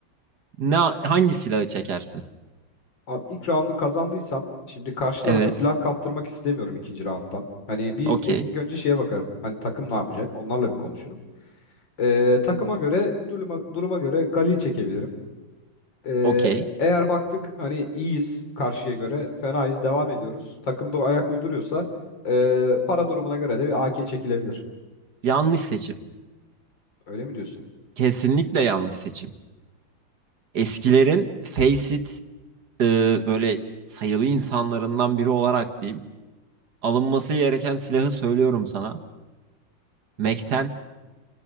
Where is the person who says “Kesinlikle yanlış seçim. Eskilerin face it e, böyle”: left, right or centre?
Right